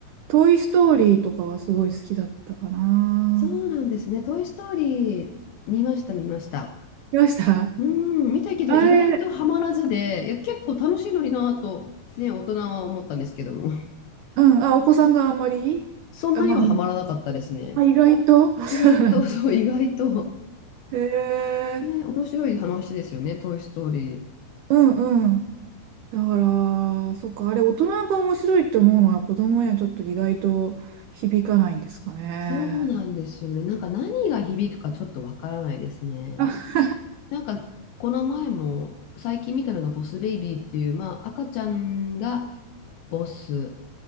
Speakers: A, on the right; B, on the left.
A: トイ・ストーリーとかはすごい好きだったかな。
B: そうなんですね。トイ・ストーリー見ました、見ました。
A: 見ました
B: うん、見たけど意外とハマらずで、
A: あれ、
B: いや、結構楽しいのになぁと、ね、大人は思ったんですけども、<laughs>
A: うん、あ、お子さんがあんまりあ、
B: そんなにはハマらなかったですね。
A: まあ、あ意外とあ、
B: 意外と、
A: そうなんだ。
B: <laughs> そう、意外と、
A: えー
B: ね、面白い話ですよね、トイ・ストーリー。
A: うんうん。だから、そっか、あれ大人が面白いって思うのは子供にはちょっと意外と響かないんですかね。
B: そうなんですよね。なんか何が響くかちょっとわからないですね。
A: あ
B: なんか、この前も、最近見たのがボス・ベイビーっていう、まあ、赤ちゃんがボス